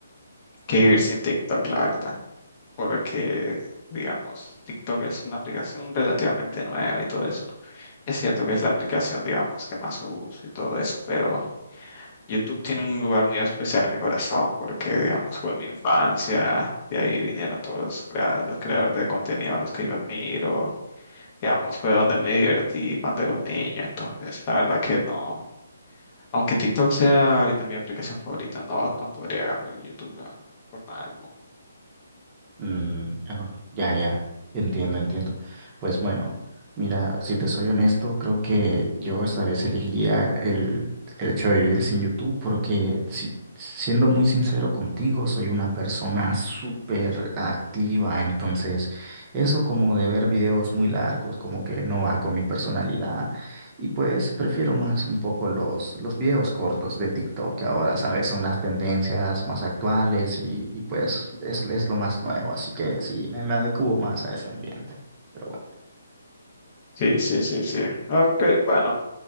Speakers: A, on the left; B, on the right.
A: que vivir sin TikTok, la verdad, porque digamos, TikTok es una aplicación relativamente nueva y todo eso. Es cierto que es la aplicación, digamos, que más uso y todo eso, pero YouTube tiene un lugar muy especial en mi corazón porque, digamos, fue mi infancia, de ahí vinieron todos los, crea- los creadores de contenido a los que yo admiro, digamos, fue donde me divertí cuando era un niño, entonces la verdad que no, aunque TikTok sea ahorita mi aplicación favorita, no, no podría cambiar YouTube la- verdad, por nada del mundo.
B: Mm, oh, ya, ya, entiendo, entiendo. Pues bueno, mira, si te soy honesto, creo que yo esta vez elegiría el, el hecho de vivir sin YouTube porque si, siendo muy sincero contigo, soy una persona súper activa, entonces eso como de ver videos muy largos, como que no va con mi personalidad. Y pues prefiero más un poco los, los videos cortos de TikTok, que ahora, ¿sabes? Son las tendencias más actuales y, y, pues es, es lo más nuevo, así que sí, me, me adecuo más a ese ambiente. Pero bueno.
A: Sí, sí, sí, sí. Ok, bueno,